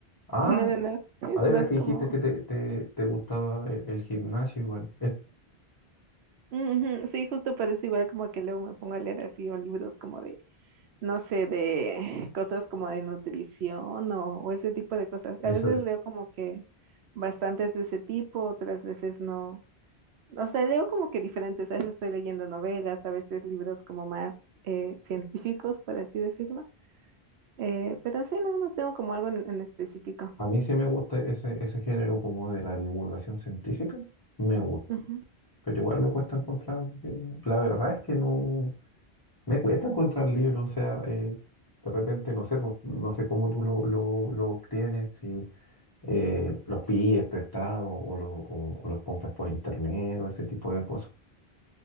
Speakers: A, on the left; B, on the right.
A: Ah,
B: no, no, no, es
A: a ver,
B: más
A: que
B: como...
A: dijiste que te, te, te gustaba e- el gimnasio igual. Es-
B: Ujú, Sí, justo parece igual como que luego me pongo a leer así o libros como de, no sé, de cosas como de nutrición o, o ese tipo de cosas.
A: Eso
B: A veces
A: es.
B: leo como que bastantes de ese tipo, otras veces no. O sea, leo como que diferentes, a veces estoy leyendo novelas, a veces libros como más eh, científicos, por así decirlo. Eh, pero sí, no, no tengo como algo en, en específico.
A: A mí sí me gusta ese, ese género como de la divulgación científica, me gusta,
B: Ujú.
A: pero igual me cuesta encontrar, bien- la verdad es que no, me cuesta encontrar libros, o sea, eh, de repente no sé, pues, no sé cómo tú lo, lo, lo obtienes, si eh, los pides prestados o, lo- o- o los compras por internet o ese tipo de cosas.